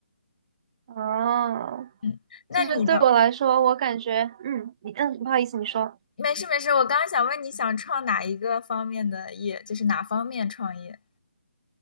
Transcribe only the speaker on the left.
嗯，那你的
没事没事，我刚刚想问你想创哪一个方面的业，就是哪方面创业？